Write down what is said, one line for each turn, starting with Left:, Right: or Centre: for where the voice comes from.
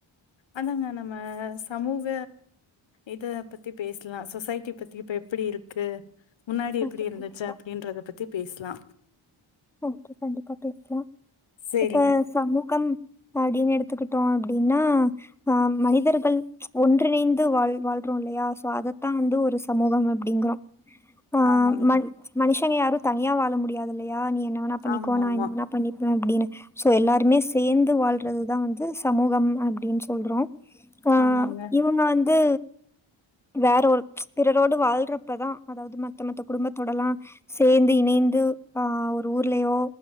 Left: அதாங்க நம்ம சமூக இதப் பத்திப் பேசலா சொசைட்டிப் பத்தி இப்ப எப்டி இருக்கு முன்னாடி எப்டி
Centre: ஓகே
Left: இருந்துச்சு
Centre: கண்டிப்பா
Left: அப்டின்றதப் பத்திப் பேசலா
Centre: ஓகே கண்டிப்பா பேசலா
Left: சேரிங்க
Centre: இப்ப சமூகம் அடின்னு எடுத்துக்கிட்டோ அப்டின்னா ஆ மனிதர்கள் ஒன்றிணைந்து வாழ் வாழ்றோ இல்லையா சோ அதத்தா வந்து ஒரு சமூகம் அப்டிங்கறோ ஆ
Left: ஆமாங்க
Centre: மண் மனுஷங்க யாரு தனியா வாழ முடியாது இல்லையா நீ என்ன வேணாப் பண்ணிக்கோ
Left: ஆமா
Centre: நா
Left: ஆமா
Centre: என்ன வேணாப் பண்ணிப்பே அப்டின்னு சோ எல்லாருமே சேந்து வாழ்றதுதா வந்து சமூகம் அப்டின் சொல்றோ ஆ
Left: ஆமாங்க
Centre: இவுங்க வந்து வேற ஒரு பிறரோடு வாழ்றப்பத அதாவது மத்த மத்தக் குடும்பத்தோடலா சேந்து இணைந்து ஆ ஒரு ஊர்லயோ